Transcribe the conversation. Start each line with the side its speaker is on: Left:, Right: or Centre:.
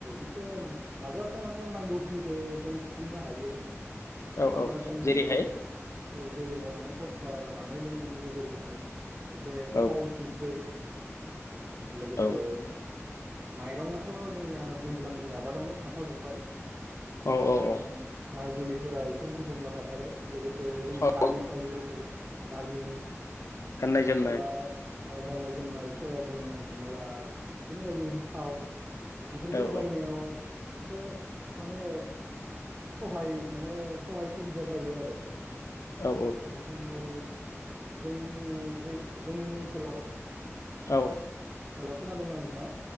Right: एसे हाजासे माने नांगौखिनिखौ जों सुफुंनो हायो
Left: औ
Right: मानोना
Left: औ
Right: जोंनि
Left: जेरैहाय
Right: ओ जेरैहाय माने खरसा जानाय लोंनायनि गेजेरजोंनो एसे
Left: औ
Right: थाव संख्रै लोगोसे
Left: औ
Right: माइरंआथ' जोंनिया दैज्लांनि आबादावनो थाफाजोबबाय।
Left: औ औ
Right: माने
Left: औ
Right: माइ दुलिफोरा एसे बुंफबना थाखाबाय लोगोसे जोङो
Left: औ
Right: दालि सालिफोरखौ दालि
Left: गाननाय
Right: हमनाला
Left: जोमनाय
Right: ओ गाननाय जोमनाय सयाबिन हमना ला बिदिनो बायदि बायदि थाव बेफोरखौ
Left: औ
Right: बायनायाव एसे माने सहाय माने सहाय सुबिदा जायो आरो।
Left: औ
Right: जोङो जोंनि जोंनि ओनसोलाव
Left: औ
Right: हेल' खोनादोंना नोंथांङा?